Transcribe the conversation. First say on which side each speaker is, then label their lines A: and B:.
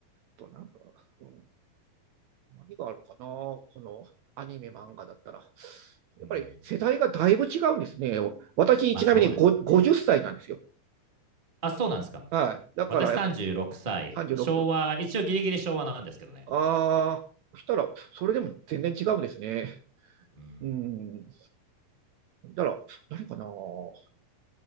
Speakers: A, on the right (about 80°); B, on the right (about 25°).
A: となんか、うん、何があるかな、このアニメ、漫画だったら。やっぱり世代がだいぶ違うんですね。
B: うん。
A: 私、
B: まあそうですね。
A: ちなみにご50歳なんですよ。
B: あ、そうなんですか。
A: はい。だからやっぱ
B: 私36歳、
A: 36。
B: 昭和、一応ギリギリ昭和なんですけどね。
A: ああ、そしたら、それでも全然違うんですね。
B: うん。
A: うん。だから、何かな。ちょ